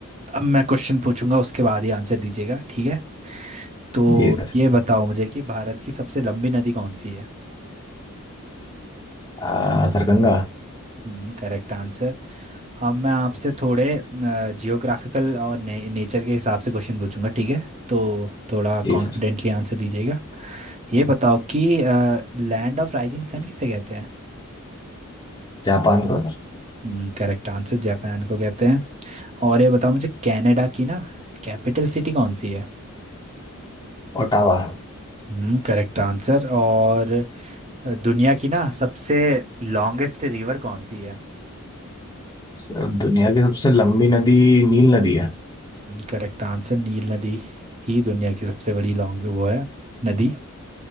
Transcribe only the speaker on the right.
अब मैं क्वेश्चन पूछूंगा उसके बाद ही आंसर दीजिएगा ठीक है तो
ये बताओ मुझे कि भारत की सबसे लंबी नदी कौन सी है
हम्म, Correct answer अब मैं आपसे थोड़े जियोग्राफिकल और ने, नेचर के हिसाब से क्वेश्चन पूछूंगा ठीक है तो थोड़ा
कॉन्फिडेंटली
आंसर दीजिएगा ये बताओ कि लैंड ऑफ राइजिंग सन किसे कहते हैं
हम्म, करेक्ट आंसर जापान को कहते हैं और ये बताओ मुझे कनाडा की ना कैपिटल सिटी कौन सी है
हम्म, Correct answer और दुनिया की ना सबसे लॉन्गेस्ट रिवर कौन सी है
करेक्ट आंसर नील नदी ही दुनिया की सबसे बड़ी लॉन्ग वो है नदी